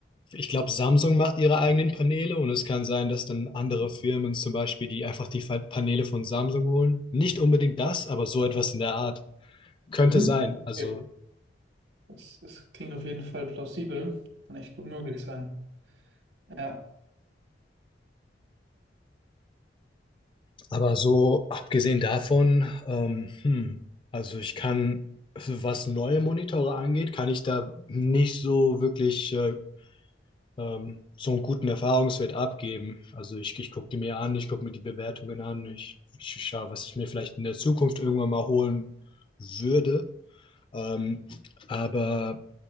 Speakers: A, on the left; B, on the right.
A: ich glaube, Samsung macht ihre eigenen Paneele und es kann sein, dass dann andere Firmen zum Beispiel, die einfach die Fa- Paneele von Samsung holen. Nicht unbedingt das, aber so etwas in der Art. Könnte
B: Mhm.
A: sein.
B: Okay.
A: Also
B: Das, das klingt auf jeden Fall plausibel. Kann echt gut möglich sein. Ja.
A: Aber so abgesehen davon, ähm, hm, also ich kann, was neue Monitore angeht, kann ich da nicht so wirklich äh, ähm, so einen guten Erfahrungswert abgeben. Also ich, ich gucke die mir an, ich gucke mir die Bewertungen an, ich, ich schaue, was ich mir vielleicht in der Zukunft irgendwann mal holen würde. Ähm, aber